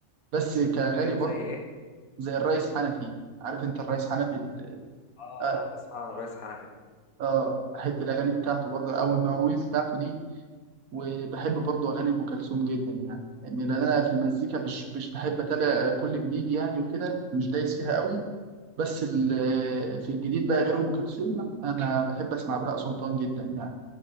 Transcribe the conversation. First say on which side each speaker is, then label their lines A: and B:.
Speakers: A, on the right (about 80°); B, on the left (about 80°).
A: بس كأغاني
B: حاجات
A: برضه
B: زي ايه
A: زي الرئيس حنفي عارف انت الرئيس حنفي ال-
B: اه
A: اه,
B: آه، اسمع عن الريس حنفي
A: آه بحب الأغاني بتاعته برضه أو المواويل بتاعته دي وبحب برضه أغاني أم كلثوم جدا يعني يعني لأن أنا في المزيكا مش مش بحب أتابع كل جديد يعني وكده مش دايس فيها قوي بس ال- في الجديد بقى غير أم كلثوم لا، أنا بحب أسمع بهاء سلطان جدا يعني